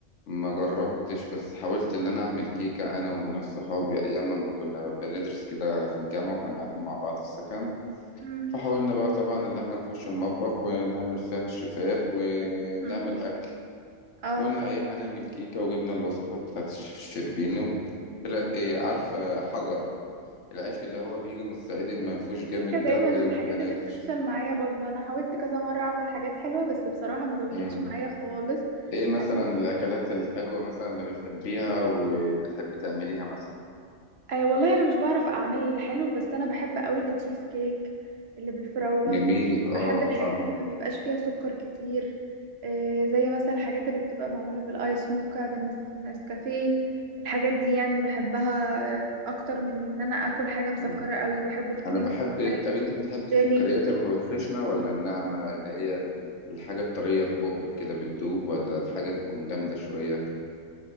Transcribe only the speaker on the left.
ما جربتش بس حاولت اللي انا اعمل كيكة انا وناس صحابي ايام ما كنا بندرس كده في الجامعة وكنا قاعدين مع بعض في السكن
فحاولنا بقى طبعا اللي احنا نخش المطبخ ونعمل فيها الشيفات ونعمل
اكل
وقلنا ايه هنعمل كيكة وجبنا الوصفات بتاعت الشيف الشربيني طلعت ايه عارفة حجر العيش اللي هو بيجي من الصعيد المنفوش
جامد
ده وبيبقى
نافش
مم.
ايه مثلا
الاكلات الحلوة مثلا اللي بتحبيها وبتحبي تعمليها مثلا
جميل اه
طبعا
مم.
انا بحب
طب انت بتحبي السكريات
الخشنة ولا الناعمة اللي هي الحاجة الطرية في بقك كده بتدوب ولا الحاجة تكون جامدة شوية